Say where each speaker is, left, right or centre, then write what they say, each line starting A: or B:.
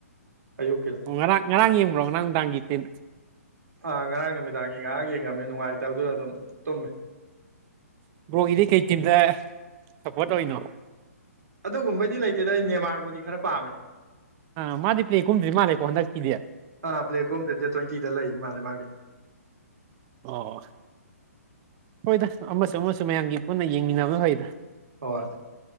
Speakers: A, on the right; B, on the right.
A: ꯑꯌꯨꯛꯀꯤꯗꯣ
B: ꯑꯣ ꯉꯔꯥꯡ ꯉꯔꯥꯡ ꯌꯦꯡꯕ꯭ꯔꯣ ꯉꯔꯥꯡ ꯅꯨꯡꯗꯥꯡꯒꯤ ꯇꯤꯟ
A: ꯑ ꯉꯥꯡ ꯅꯨꯃꯤꯠꯇꯡꯉꯉꯥꯡꯦꯉ ꯇꯃꯦ ꯅꯨꯡꯉꯥꯏꯇꯕꯗꯨꯗ ꯑꯗꯨꯝ ꯇꯨꯝꯃꯦ
B: ꯕ꯭ꯔꯣꯒꯤꯗꯤꯩ ꯀꯩ ꯇꯤꯝꯗ ꯁꯞꯄꯣꯔꯠ ꯇꯧꯔꯤꯅꯣ
A: ꯑꯗꯒꯨꯝꯕꯗꯤ ꯂꯩꯥꯏ ꯁꯤꯗ ꯑꯩ ꯅꯦꯃꯥꯔꯕꯨꯗꯤ ꯈꯔ ꯄꯥꯝꯃꯦ
B: ꯑꯥ ꯃꯥꯗꯤ ꯄ꯭ꯂꯦ ꯀꯨꯝꯗ꯭ꯔꯤ ꯃꯥꯜꯂꯦꯀꯣ ꯍꯟꯗꯛꯀꯤꯗꯤ
A: ꯑꯥ ꯄ꯭ꯂꯦ ꯀꯣꯝꯗ ꯗꯦꯠ ꯇ꯭ꯋꯦꯟꯇꯤꯗ ꯂꯩ ꯃꯥꯜꯂ ꯃꯥꯒꯤ
B: ꯑꯣ ꯍꯣꯏꯗ ꯑꯃꯁꯨ ꯑꯃꯁꯨ ꯃꯌꯥꯝꯒꯤ ꯄꯨꯟꯅ ꯌꯦꯡꯃꯤꯟꯅꯕꯈꯩꯗ
A: ꯍꯣꯏ